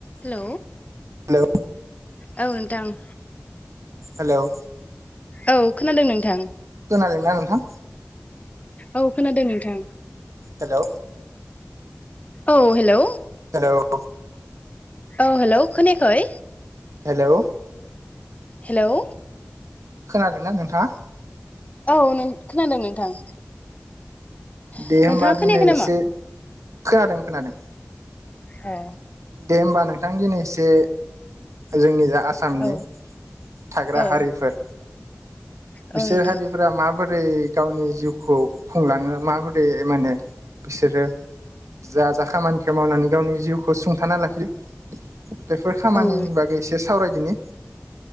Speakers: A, on the left; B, on the right.
A: Hello
B: hello
A: औ नोंथां
B: hello
A: औ खोनादों नोंथां
B: खोनादोंना नोंथां
A: औ खोनादो नोंथां
B: हेलौ
A: औ हेलौ
B: हेलौ औ
A: औ हेलौ खोनायाखै
B: हेलौ
A: हेलौ
B: खोनादोंना नोंथाङा
A: औ नों खोनादों नोंथां
B: दे
A: नोंथाङा
B: ओमबा दिनै
A: खोनायाखै नामा
B: एसे खोनादों खोनादों
A: औ
B: दे होमबा नोंथां दिनै एसे जोंनि जा आसामनि
A: औ
B: थाग्रा
A: औ
B: हारिफोर
A: औ
B: बिसोर
A: नोंथां
B: हारिफ्रा माबो रै गावनि जिउखौ खुंलाङो माबोरै मोनो बिसोरो जा जा खामानिखौ मावनानै गावनि जिउ खौ सुंथाना लाखियो बेफोर खामानिनि
A: ओं
B: बागै एसे सावरायदिनि